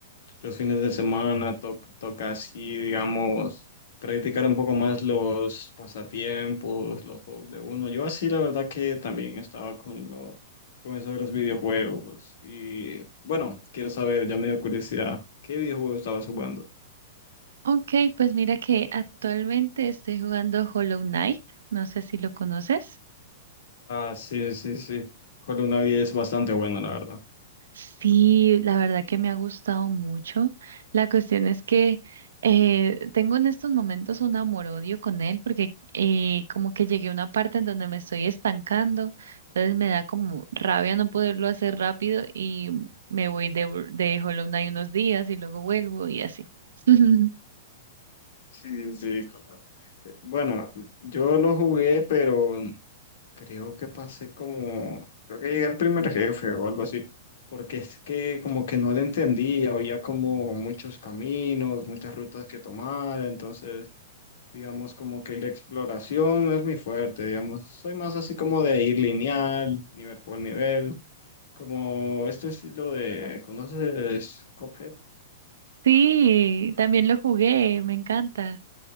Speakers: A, on the left (about 70°); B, on the right (about 80°).
A: los fines de semana to- toca así, digamos, practicar un poco más los pasatiempos, los juegos de uno. Yo así, la verdad que también estaba con, lo- con eso de los videojuegos. Y bueno, quiero saber, ya me dio curiosidad, ¿qué videojuego estabas jugando?
B: Ok, pues mira que actualmente estoy jugando Hollow Knight, no sé si lo conoces.
A: Ah, sí, sí, sí. Hollow Knight es bastante bueno, la verdad.
B: Sí, la verdad que me ha gustado mucho. La cuestión es que eh, tengo en estos momentos un amor-odio con él porque eh, como que llegué a una parte en donde me estoy estancando, entonces me da como rabia no poderlo hacer rápido y me voy de, de Hollow Knight unos días y luego vuelvo y así. <laughs>
A: Sí, sí. claro. Eh, Bueno, yo lo jugué, pero creo que pasé como, creo que llegué al primer jefe o algo así, porque es que como que no le entendía, había como muchos caminos, muchas rutas que tomar, entonces digamos como que la exploración no es mi fuerte, digamos, soy más así como de ir lineal, nivel por nivel, como este estilo de, ¿conoces Cuphead?
B: Sí, también lo jugué, me encanta.